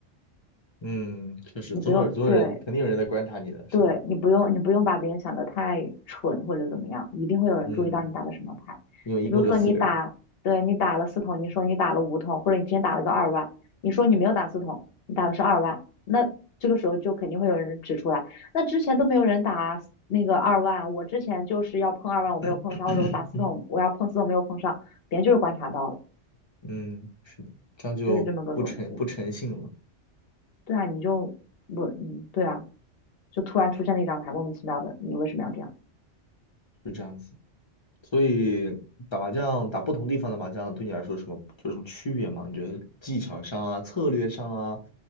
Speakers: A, on the left (about 30°); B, on the left (about 60°).
A: 嗯，确实，
B: 你不用，
A: 总有总有人肯定有人在观察你的，
B: 对，
A: 是的，
B: 对，你不用，你不用把别人想得太蠢或者怎么样，一定会有人注意到你打的什么牌。
A: 嗯，因为一共就四个人，
B: 就比如说你打，对，你打了四筒，你说你打了五筒，或者你之前打了个二万，你说你没有打四筒，你打的是二万，那这个时候就肯定会有人指出来，那之前都没有人打那个二万，我之前就是要碰二万，我没有碰上，
A: <clears throat>
B: 或者我打四筒，我要碰四筒没有碰上，别人就是观察到了，
A: 嗯，是的，这样就不诚不诚信了，
B: 就是这么个逻辑。对啊，你就不，嗯，对啊，就突然出现了一张牌，莫名其妙的，你为什么要这样？
A: 是这样子。所以打麻将，打不同地方的麻将，对你来说有什么有什么区别吗？你觉得技巧上啊、策略上啊，